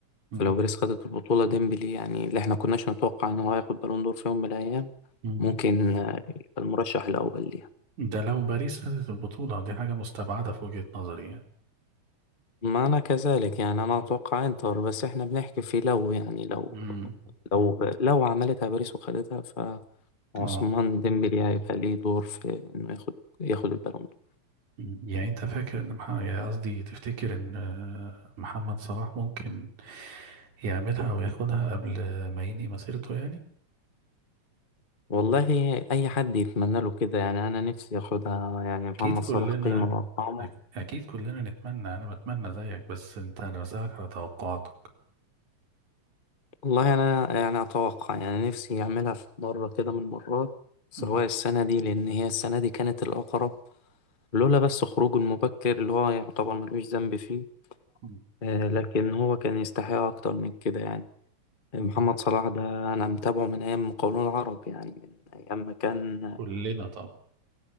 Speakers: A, on the right; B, on the left.
A: مم.
B: فلو باريس خدت البطولة ديمبلي يعني اللي احنا كناش نتوقع ان هو هياخد بالون دور في يوم من الايام
A: مم.
B: ممكن آه، يبقى المرشح الاول ليها
A: ده لو باريس خدت البطوله دي حاجه مستبعده في وجهه نظري يعني
B: ما انا كذلك يعني انا اتوقع انتر بس احنا بنحكي في لو يعني لو
A: مم.
B: لو لو عملتها باريس وخدتها فعثمان
A: اه
B: ديمبلي هيبقى ليه دور في انه ياخد ياخد البالون دور
A: مم. يعني انت فاكر ان مح... يعني قصدي تفتكر ان آه، محمد صلاح ممكن يعملها او ياخدها قبل ما ينهي مسيرته يعني
B: والله اي حد يتمنى له كده يعني انا نفسي ياخدها يعني
A: اكيد
B: محمد
A: كلنا
B: صلاح قيمة وقامة
A: أك- اكيد كلنا نتمنى انا بتمنى زيك بس انت انا بسألك على توقعاتك
B: والله أنا يعني أتوقع يعني نفسي أعملها في مرة كده من المرات سواء
A: مم.
B: السنة دي لأن هي السنة دي كانت الأقرب لولا بس خروجه المبكر اللي هو يعتبر ملوش ذنب فيه
A: مم.
B: آه، لكن هو كان يستحق أكتر من كده يعني
A: مم.
B: محمد صلاح ده أنا متابعه من أيام مقاولون العرب يعني من أيام ما كان
A: كلنا طب